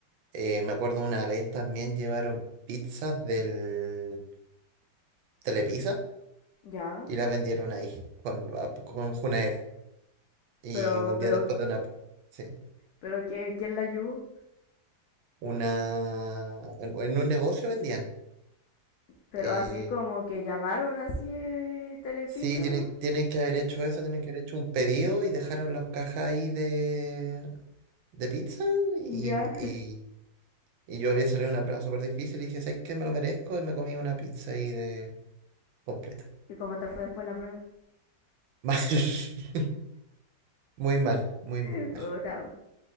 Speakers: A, on the right; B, on the left.
A: Eh, me acuerdo una vez también llevaron pizzas del Telepizza
B: Ya.
A: y las vendieron ahí con, a- con Junaed. Y
B: Pero,
A: un día
B: pero,
A: después de una... Sí,
B: pero ¿quién, quién la ayudó?
A: una... En, en un negocio vendían.
B: Pero
A: Eh,
B: así como que llamaron así eh, Telepizza.
A: sí, tienen, tienen que haber hecho eso, tienen que haber hecho un pedido y dejaron las cajas ahí de, de pizza y,
B: Ya.
A: y, y yo había salido una prueba súper difícil y dije, ¿sabes qué? Me lo merezco y me comí una pizza ahí de completa.
B: <laughs> ¿Y cómo te fue después la prueba?
A: <laughs> Mal. Muy mal, muy,
B: <laughs>
A: muy mal.
B: Puta.